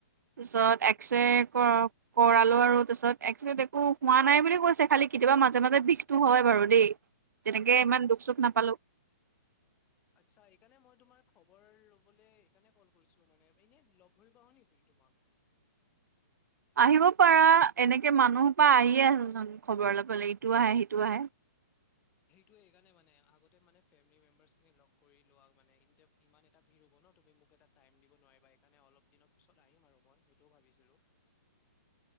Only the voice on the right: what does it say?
পিছত এক্সৰে
কৰক কৰালোঁ আৰু তাৰপাছত এক্সৰেত একো হোৱা নাই বুলি কৈছে, খালি কেতিয়াবা মাজে মাজে বিষটো হয় বাৰু দেই। তেনেকে ইমান
দুখ চুখ
নাপালো
আহিব পাৰা এনেকে মানুহৰপা আহি ঠিকে আছেচোন খবৰ লবলে, ইটো আহে সিটো আহে।
<inaudible>